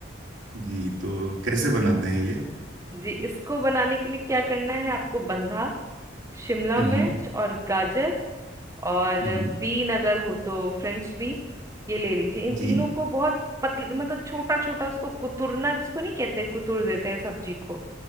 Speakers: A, on the right; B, on the right.
A: जी तो कैसे बनाते हैं ये
B: जी इसको बनाने के लिए क्या करना है आपको बंधा शिमला
A: हम्म
B: मिर्च और गाजर और
A: हम्म हम्म,
B: बीन अगर हो तो फ्रेंच बीन ये ले लीजिए इन
A: जी
B: तीनों को बहुत पतले मतलब छोटा छोटा उसको कुतुरना जिसको नहीं कहते कुतुर देते हैं सब्जी को